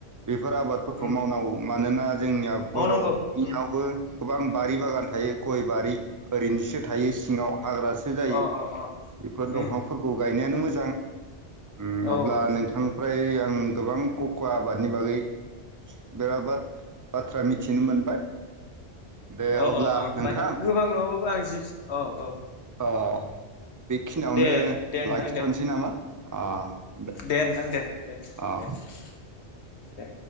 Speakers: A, on the right; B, on the left.
A: बेफोर आबादफोरखौ
B: उम
A: मावनांगौ मानोना जोंनिया
B: मावनांगौ
A: बर'नियावबो
B: उम
A: गोबां बारि बागान थायो
B: उम
A: । गय बारि ओरैनोसो थायो सिङाव हाग्रासो जायो।
B: अ अ अ
A: बेफोर दंफांफोरखौ
B: उम
A: गायनायानो मोजां । उम
B: औ
A: अब्ला
B: औ
A: नोंथांनिफ्राय आं गोबां क'क'वा आबादनि बागै बेरा बा बाथ्रा मिथिनो मोनबाय। दे
B: अ
A: अब्ला
B: अ अ
A: नोंथां
B: माने गोबां नङाबाबो बो आं जिखि औ औ।
A: अ। बेखिनियावनो
B: दे दे नोंथां
A: लाखिथ'नसै
B: दे
A: नामा? अ।
B: दे नोंथां दे । दे
A: अ
B: दे। दे।